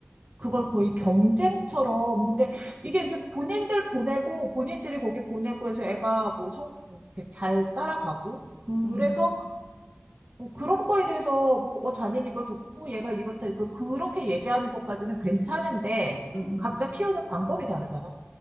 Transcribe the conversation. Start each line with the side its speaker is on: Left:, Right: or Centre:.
Right: 그걸 거의 경쟁처럼. 근데 이게 이제 본인들 보내고, 본인들이 거기 보내고 해서 애가 뭐 성, 뭐 이렇게 잘 따라가고. 그래서
Left: 음,
Right: 뭐 그런 거에 대해서 뭐 어, 다니니까 좋고, 얘가 이렇다. 니까 그렇게 얘기하는 것까지는 괜찮은데,
Left: 음, 음,
Right: 각자 키우는 방법이 다르잖아.